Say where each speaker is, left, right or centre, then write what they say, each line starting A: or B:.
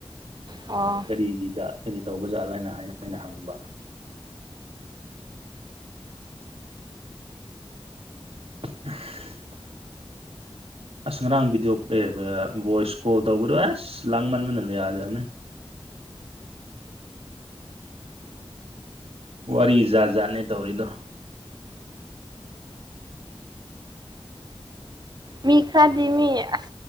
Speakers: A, on the right; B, on the right.
A: ꯑꯣ
B: ꯀꯔꯤꯒꯤ ꯖꯥꯠ ꯀꯔꯤ ꯇꯧꯕ ꯖꯥꯠꯂ ꯍꯥꯏꯅ ꯍꯥꯏ ꯍꯥꯏꯩꯅ ꯍꯪꯕ <unintelligible> ꯑꯁ ꯉꯔꯥꯡ ꯚꯗꯤꯑꯣ ꯚꯣꯏꯁ ꯀꯣꯜ ꯇꯧꯕꯗꯣ ꯑꯁ ꯂꯥꯡ ꯃꯟ ꯃꯅ ꯌꯥꯗꯕꯅꯦ ꯋꯥꯔꯤ ꯖꯥꯠ ꯖꯥꯠꯅꯦ ꯇꯧꯔꯤꯗꯣ
A: ꯃꯤ ꯈꯔꯗꯤ ꯃꯤ ꯑꯁ